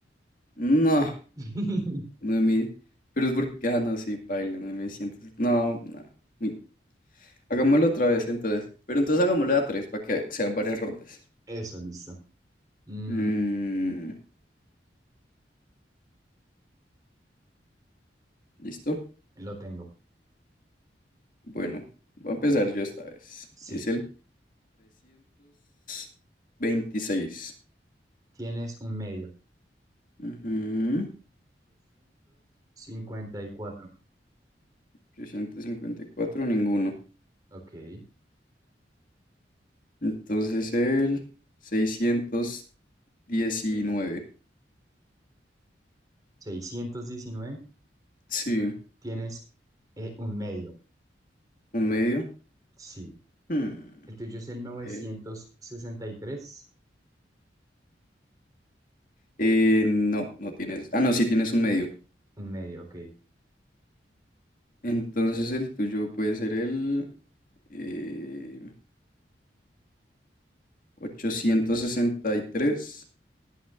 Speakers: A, on the left; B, on the right.
A: no.
B: <laughs>
A: nueve mil, Pero es porque. Ah, no, sí, paila, 9100. No, no. mi- Hagámoslo otra vez, entonces. Pero entonces hagámoslo a tres para que sean varias rondas.
B: Eso, listo. Mm,
A: Mm, ¿listo?
B: lo tengo.
A: Bueno, voy a empezar yo esta vez.
B: Sí.
A: Es el 326.
B: Tienes un medio.
A: Ujú.
B: 854.
A: trescientos cincuenta y cuatro, ninguno.
B: Ok.
A: Entonces el seiscientos diecinueve
B: seiscientos diecinueve.
A: Sí.
B: Tienes eh, un medio.
A: ¿Un medio?
B: Sí.
A: Hmm,
B: El tuyo es el novecientos
A: ok.
B: sesenta y tres.
A: Eh, no, no tienes. Ah, no, sí tienes un medio.
B: Un medio. Ok.
A: Entonces el tuyo puede ser el eh, ochocientos sesenta y tres